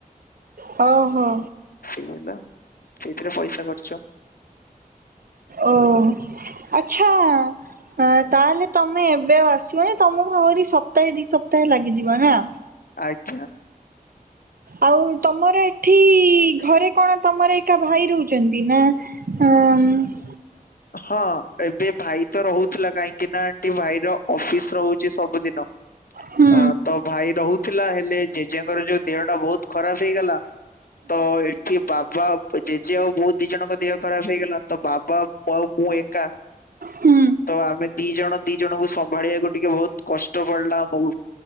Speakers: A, on the right; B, on the left.
A: ହଁ ହଁ।
B: ସେଇ ହେଲା ସେଇଥିରେ ପଇସା ଖର୍ଚ।
A: ଓ ଆଚ୍ଛା। ହ ତାହେଲେ ତମେ ଏବେ ଆସିବନି ତମକୁ ଆହୁରି ସପ୍ତାହେ ଦି ସପ୍ତାହେ ଲାଗିଯିବ ନା।
B: ଆଜ୍ଞା।
A: ଆଉ ତମର ଏଠି ଘରେ କଣ ତମର ଏକା ଭାଇ ରହୁଛନ୍ତି ନା। ହ।
B: ହଁ ଏବେ ଭାଇ ତ ରହୁଥିଲା କାହିଁକି ନା ଏ ଭାଇର ଅଫିସ ରହୁଛି ସବୁଦିନ।
A: ହୁଁ
B: ଅ ତ ଭାଇ ରହୁଥିଲା ହେଲେ ଜେଜେଙ୍କର ଯୋଉ ଦେହ ଟା ବହୁତ ଖରାପ ହେଇଗଲା। ତ ଏଠି ବାବା ଜେଜେ ଆଉ ବହୁତ ଦି ଜଣଙ୍କ ଦେହ ଖରାପ ହେଇଗଲା ତ ବାବା। ବ ମୁଁ ଏକା।
A: ହୁଁ
B: ତ ଆମେ ଦି ଜଣ ଦି ଜଣଙ୍କୁ ସମ୍ଭାଳିବାକୁ ଟିକେ ବହୁତ କଷ୍ଟ ପଡିଲା ଆମକୁ।